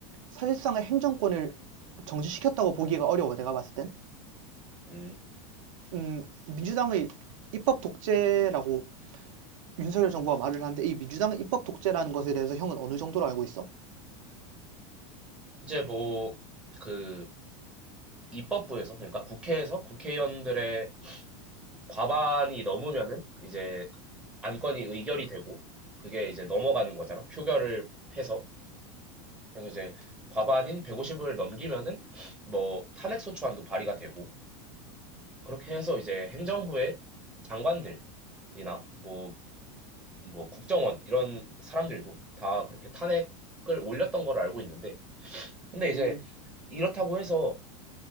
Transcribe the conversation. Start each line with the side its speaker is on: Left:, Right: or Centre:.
Right: 사실상의 행정권을 정지시켰다고 보기가 어려워 내가 봤을 땐
Centre: 음.
Right: 음, 민주당의 입법 독재라고 윤석열 정부가 말을 하는데 이 민주당은 입법 독재라는 것에 대해서 형은 어느 정도로 알고 있어?
Centre: 이제 뭐, 그, 입법부에서, 그러니까 국회에서 국회의원들의 과반이 넘으면은 이제 안건이 의결이 되고 그게 이제 넘어가는 거잖아. 표결을 해서. 그래서 이제 과반인 150을 넘기면은 뭐 탄핵소추안도 발의가 되고 그렇게 해서 이제 행정부의 장관들이나 뭐 뭐 국정원 이런 사람들도 다 그렇게 탄핵을 올렸던 걸 알고 있는데 근데
Right: 음,
Centre: 이제 이렇다고 해서